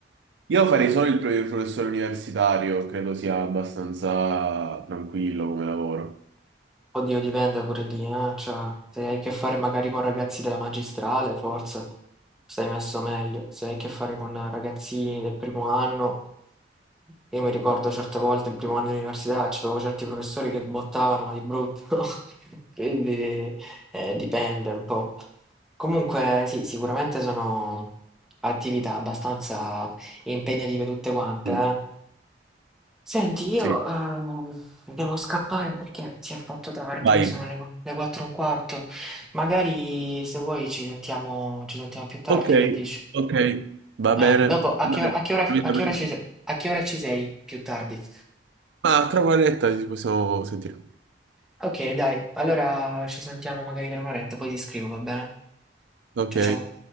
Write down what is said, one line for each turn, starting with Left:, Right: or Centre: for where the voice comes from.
Right: Io farei solo il pro- il professore universitario, credo sia abbastanza tranquillo come lavoro.
Centre: Oddio, dipende pure lì, eh. Cioè, se hai a che fare magari con ragazzi della magistrale, forse stai messo meglio. Se hai a che fare con ragazzini del primo anno, io mi ricordo certe volte il primo anno di università, c'avevo certi professori che bottavano, ma di brutto. <laughs> Quindi eh, dipende un po'. Comunque, sì, sicuramente sono attività abbastanza impegnative tutte quante,
Right: Mm,
Centre: eh. Senti, io
Right: sì,
Centre: ehm, devo scappare perché si è fatto tardi,
Right: vai.
Centre: sono le, le 4 e un quarto. Magari se vuoi ci sentiamo, ci sentiamo più tardi,
Right: Ok,
Centre: che dici?
Right: ok, va
Centre: Eh,
Right: bene.
Centre: dopo, a
Right: Dai,
Centre: che, a che ora,
Right: capito
Centre: a che
Right: bene.
Centre: ora ci, se- a che ora ci sei più tardi?
Right: ma tra un'oretta ci possiamo sentire.
Centre: Ok, dai, allora ci sentiamo magari tra un'oretta, poi ti scrivo, va bene?
Right: Ok,
Centre: Ciao ciao.